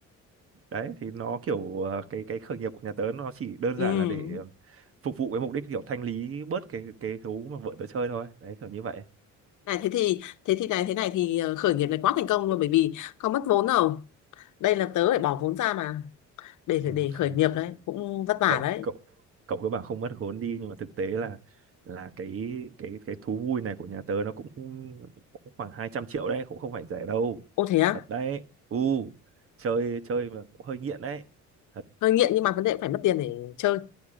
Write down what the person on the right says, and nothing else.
đấy thì nó kiểu ờ, cái cái khởi nghiệp của nhà tớ nó chỉ đơn
giản là để ờ, phục vụ cái mục đích kiểu thanh lý bớt cái cái gấu mà vợ tớ chơi thôi đấy kiểu như vậy
ừ,
không
cậu
cậu cậu cứ bảo không mất vốn đi nhưng mà thực tế là là cái cái cái thú vui này của nhà tớ nó cũng, cũng khoảng hai trăm triệu đấy cũng không phải rẻ đâu
thật đấy u chơi chơi mà cũng hơi nghiện đấy thật